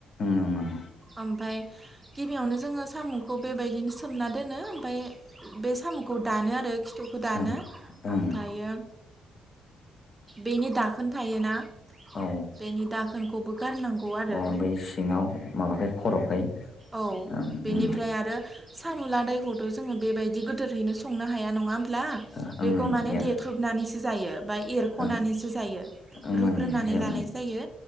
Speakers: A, on the left; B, on the right.
A: ओं
B: ओमफ्राय गिबियावनो जोङो साम'खौ बेबायदिनो सोमना दोनो ओमफाय बे साम'खौ दानो आरो। खिथुखौ दानो
A: ओं ओं
B: ओमफ्रायो बेनि दाखोन थायोना-
A: औ
B: बेनि दाखोनखौबो गारनांगौ आरो
A: अ बै सिङाव माबाखै खर'खै।
B: औव
A: ओं
B: बेनिफ्राय
A: ओं
B: आरो साम'लादायखौथ' जोङो बेबायदि गोदोरहैनो सं संनो हाया नङा होमब्ला
A: ओं
B: बेखौ
A: ओं
B: माने
A: एयार
B: देख्रुबनानैसो जायो बा एरख'नानैसो
A: ओं
B: जायो
A: ओं
B: रुग्रोनानै
A: ओं जों
B: लानाय जायो